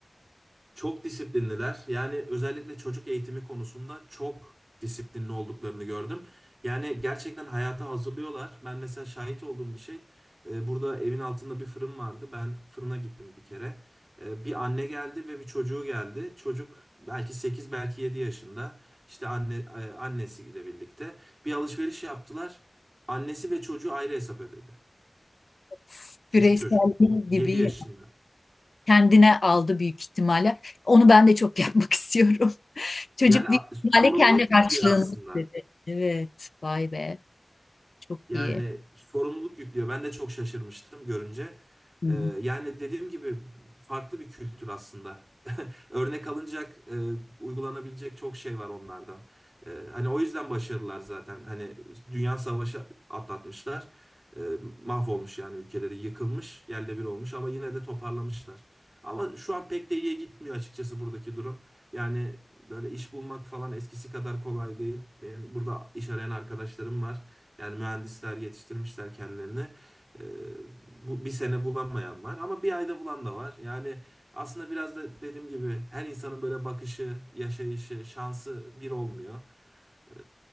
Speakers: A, on the right; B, on the left.
A: Çok disiplinliler. Yani özellikle çocuk eğitimi konusunda çok disiplinli olduklarını gördüm. Yani gerçekten hayata hazırlıyorlar. Ben mesela şahit olduğum bir şey. e, Burada evin altında bir fırın vardı. Ben fırına gittim bir kere. E, Bir anne geldi ve bir çocuğu geldi. Çocuk belki 8, belki 7 yaşında. İşte anne e, annesiyle birlikte bir alışveriş yaptılar. Annesi ve çocuğu ayrı hesap ödedi.
B: <laughs>
A: Küçük
B: Bireyselliği
A: çocuk 7
B: gibi
A: yaşında.
B: ya. kendine aldı büyük ihtimalle. Onu ben de çok yapmak <laughs> istiyorum. Çocuk
A: Yani
B: büyük
A: a-
B: ihtimalle
A: sorumluluk
B: kendi
A: yüklüyor
B: harçlığını
A: aslında.
B: istedi. Evet, vay be, çok
A: Yani
B: iyi.
A: sorumluluk yüklüyor. Ben de çok şaşırmıştım görünce.
B: Hı
A: Ee, yani dediğim gibi farklı bir kültür aslında. Örnek alınacak, e, uygulanabilecek çok şey var onlardan. E, hani o yüzden başarılar zaten. Hani dünya savaşı atlatmışlar. E, mahvolmuş yani ülkeleri yıkılmış, yerle bir olmuş ama yine de toparlamışlar. Ama şu an pek de iyiye gitmiyor açıkçası buradaki durum. Yani böyle iş bulmak falan eskisi kadar kolay değil. Benim burada iş arayan arkadaşlarım var. Yani mühendisler yetiştirmişler kendilerini. Ee, bu bir sene bulamayan var ama bir ayda bulan da var. Yani aslında biraz da dediğim gibi her insanın böyle bakışı, yaşayışı, şansı bir olmuyor. Ee,